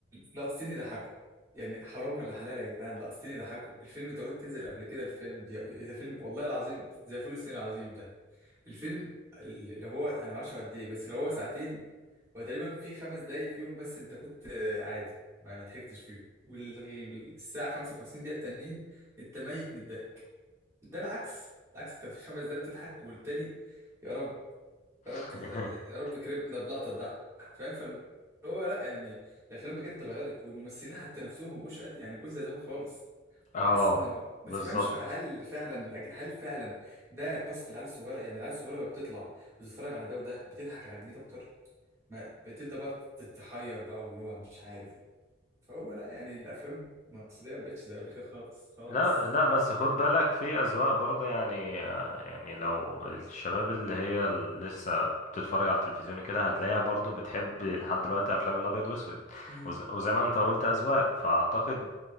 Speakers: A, on the right; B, on the left.
A: لقطتين يضحكوا يعني حرام ولا حلال يا جدعان لقطتين يضحكوا الفيلم انت قلت تنزل قبل كده الفيلم بي- ده فيلم والله العظيم زي فول الصين العظيم ده الفيلم ال- لو هو انا معرفش قد ايه بس لو هو ساعتين هو تقريبا في خمس دقايق فيهم بس انت كنت آه، عادي ما ما ضحكتش فيهم والساعة 55 دقيقة التانيين انت ميت من الضحك ده العكس العكس انت في خمس دقايق بتضحك والتاني يا رب
B: <laughs>
A: يا رب يا رب كرمنا بلقطه تضحك فاهم فاللي هو لا يعني الافلام بجد اتغيرت والممثلين حتى نفسهم ما بقوش قد يعني ما بقوش زي زمان خالص
B: اه
A: تحس انه ما
B: بالظبط
A: تفهمش بقى هل فعلا الأج- هل فعلا ده بصت العيال الصغيره يعني العيال الصغيره بقى بتطلع وتتفرج على ده وده بتضحك على جديد اكتر ما بتبدا بقى تتحير بقى واللي هو مش عارف فهو لا يعني الافلام المصريه ما بقتش زي قبل كده خالص خالص
B: لا لا بس
A: الحمد لله
B: خد
A: يعني.
B: بالك في أذواق برضه يعني يعني لو الشباب اللي هي لسه بتتفرج على التلفزيون كده هتلاقيها برضه بتحب لحد دلوقتي أفلام الأبيض وأسود
A: مم.
B: وز- وزي ما أنت قلت أذواق فأعتقد